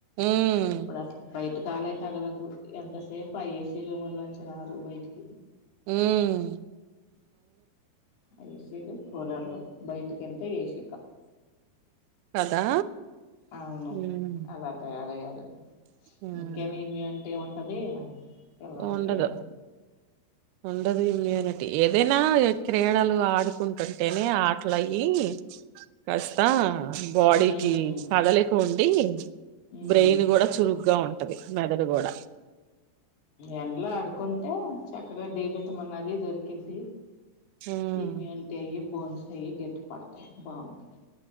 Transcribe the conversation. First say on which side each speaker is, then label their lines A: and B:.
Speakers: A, on the right; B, on the left.
A: ఉమ్
B: ఇప్పుడసల్ బైటిక్ గాలే తగలదు ఎంతసేప్ ఆ ఏసీ రూముల్లోంచి రారు బైటికి.
A: ఊమ్.
B: అ ఏసీలు కూలర్లు బైటిక్. ఎంతె ఏస్
A: కదా.
B: ఔను
A: ఉమ్
B: అలా తయా అరయ్యారు.
A: ఉమ్
B: ఒకే మీమ్యూన్ ఏవంటది. పిల్లల్కే.
A: ఉండదు ఉండదు ఇమ్యూనిటి. ఏదైనా ఎ క్రీడలు ఆడుకుంటుంటేనే ఆట్లయ్యి కస్త. బాడీకి
B: హ్మ్
A: తగలేకుమ్ కి.
B: హ్మ్
A: బ్రెయిన్ కూడా చురుగ్గా ఉం టది మెదడుగోడ
B: ఎండ్లో ఆడుకుంటే చక్కగా డీ విటమిన్ అది దొరికి ద్ది
A: ఉమ్
B: ఇమ్యూనిటీ ఇం బోన్స్ అయీ గట్టి పడతయి బాగుంటది